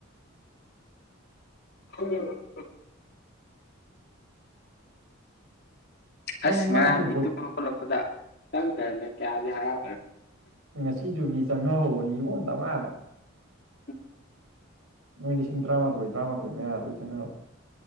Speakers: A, on the left; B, on the right.
A: <unintelligible>
B: ꯅꯪ
A: ꯑꯁ
B: ꯃꯃꯥꯡ
A: ꯉꯔꯥꯡꯗꯤ
B: ꯇꯨ ꯚꯣꯠ
A: ꯇꯨꯝꯕ ꯈꯣꯠꯂꯛꯄꯗ ꯆꯪ ꯂꯩꯔꯝꯃꯦ ꯀꯌꯥꯗꯤ ꯍꯔꯥꯎꯈ꯭ꯔꯦ꯫
B: ꯉꯁꯤꯁꯨ ꯃꯤ ꯆꯪꯅꯍꯧꯕꯅꯤꯕꯣ ꯗꯥꯃꯥꯗ꯫
A: ꯎꯝ
B: ꯃꯣꯏ ꯂꯤꯁꯤꯡ ꯇ꯭ꯔꯥꯃꯥꯊꯣꯏ ꯇ꯭ꯔꯥꯃꯥꯊꯣꯏ ꯃꯌꯥ ꯂꯣꯏ ꯆꯪꯅ ꯍꯧꯏ꯫